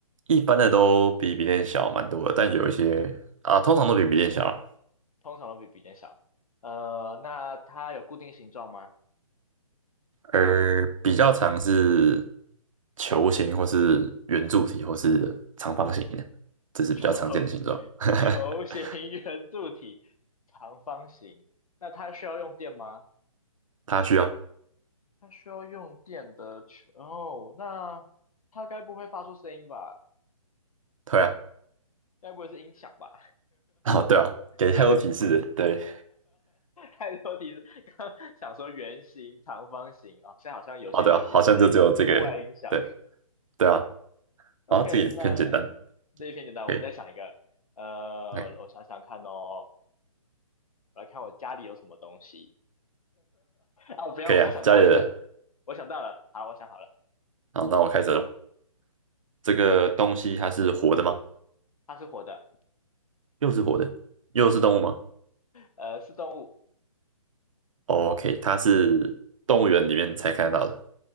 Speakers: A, on the right; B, on the left.
A: 一般的都比笔电小蛮多的，但有一些啊，通常都比笔电小啊
B: 通常都比笔电小。呃，那它有固定形状吗？
A: 而比较常是球形或是圆柱体或是长方形的，这是比较常见的形状。
B: 球 <laughs>
A: <laughs>
B: 球形、圆柱体、长方形。那它需要用电吗？
A: 它需要，
B: 它需要用电的球。哦，那它该不会发出声音吧？
A: 对啊，
B: 该不会是音响吧？
A: 哦，对啊，
B: <laughs>
A: 给太多提示了，对。
B: 太多提示，刚想说圆形、长方形啊、哦现在好像有些圆圆形的户外音响。
A: 哦，对啊，好像就只有这个，对对啊，
B: OK，
A: 啊，这个也偏简单，
B: 那这一篇简单，
A: 可以，
B: 我们再想一个。呃，
A: 哎，
B: 我想想看哦，我来看我家里有什么东西啊！我不要，
A: 可以啊，
B: 我不要想家里的，
A: 家里的，
B: 我想到了，好，我想好了，
A: 好，那我开始了。这个东西它是活的吗？
B: 嗯，它是活的，
A: 又是活的，又是动物吗
B: 呃，是动物，
A: ？OK，它是动物园里面才看得到的。